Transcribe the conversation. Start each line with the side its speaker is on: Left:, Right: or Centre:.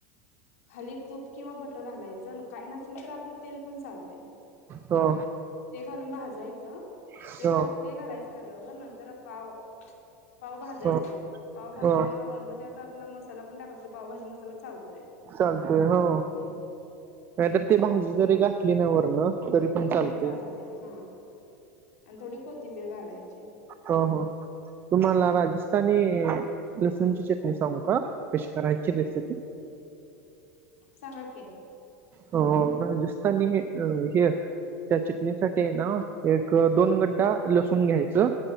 Left: खाली तूप किंवा बटर घालायचं काही नसेल तर आपलं तेल पण चालते.
Right: हो.
Left: ते घालून भाजायचं
Right: ह
Left: ते घाल. ते घालायचं तव्यावर नंतर पाव पाव भाजायचे
Right: ह
Left: पाव भाजताना
Right: ह
Left: वरण त्यात. आपला मसाला पण टाकत तरी पावभजी मसाला चालतोय.
Right: चालतोय हो.
Left: हम्म.
Right: नाहीतर ती
Left: ते
Right: भाजी जरी गाठली ना वरण तरी पण चालते
Left: तरी चालत्या हा आणि थोडी कोथिंबीर घालायची.
Right: हो हो तुम्हाला राजस्थानी लसूण ची चटणी सांगू का कश करायची रेसिपी
Left: सांगा की
Right: हो राजस्थानी अ हे त्या चिटणीसाठी ना एक दोन गड्डा लसूण घ्यायचं.